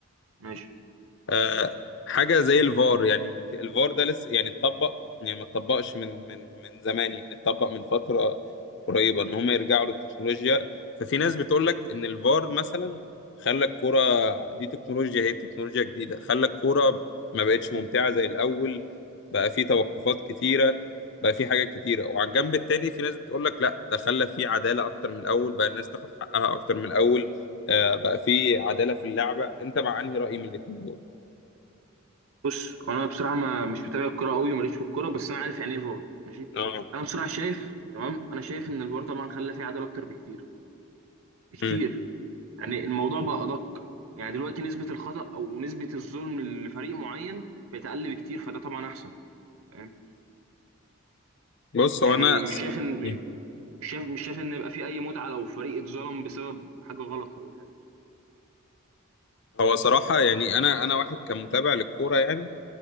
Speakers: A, on the right; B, on the left.
A: ماشي
B: آه، حاجه زي الفار يعني الفار ده لسه يعني اتطبق يعني ما اتطبقش من من من زمان يعني اتطبق من فتره قريبه ان هم يرجعوا للتكنولوجيا ففي ناس بتقول لك ان الفار مثلا خلى الكوره دي تكنولوجيا هي تكنولوجيا جديده خلى الكوره ما بقتش ممتعه زي الاول بقى في توقفات كتيره بقى في حاجات كتيره وعلى الجنب التاني في ناس بتقول لك لا ده خلى في عداله اكتر من الاول بقى الناس تاخد حقها اكتر من الاول آه، بقى في عداله في اللعبه انت مع انهي راي من الاتنين دول
A: بص انا بصراحه ما مش متابع الكوره قوي ماليش في الكوره بس انا عارف يعني ايه فار ماشي
B: اه
A: انا بصراحه شايف تمام انا شايف ان الفار طبعا خلى فيه عداله اكتر بكتير بكتير
B: مم.
A: يعني الموضوع بقى ادق يعني دلوقتي نسبه الخطا او نسبه الظلم لفريق معين بقت اقل بكتير فده طبعا احسن فاهم
B: بص هو
A: يعني
B: انا
A: مش شايف ان
B: مم.
A: مش شايف مش شايف ان يبقى في اي متعه لو فريق اتظلم بسبب حاجه غلط ولا حاجه
B: هو صراحه يعني انا انا واحد كان متابع للكوره يعني